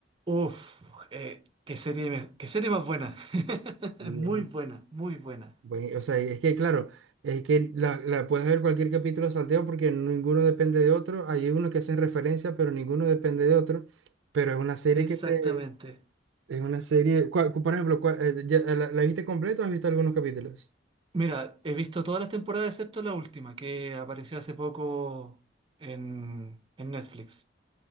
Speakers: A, on the right; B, on the right.
A: Uf, eh, qué serie, me- qué serie más buena. <laughs>
B: Bien.
A: Muy buena, muy buena.
B: Bueno, o sea, y es que, claro, es que la, la puedes ver cualquier capítulo salteado porque ninguno depende de otro. Hay unos que hacen referencia, pero ninguno depende de otro. Pero es una serie
A: Exactamente.
B: que te, Es una serie. ¿cuál- por ejemplo, cuál- eh, ya- eh, la, la viste completa o has visto algunos capítulos?
A: Mira, he visto todas las temporadas excepto la última, que apareció hace poco en, en Netflix.